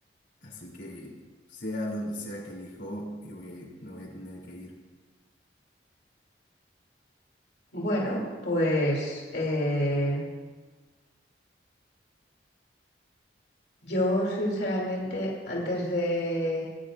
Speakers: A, on the left (about 80°); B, on the left (about 65°).
A: Así que sea donde sea que elijo, y voy, a- me voy a tener que ir.
B: Bueno, pues eh, yo sinceramente antes de,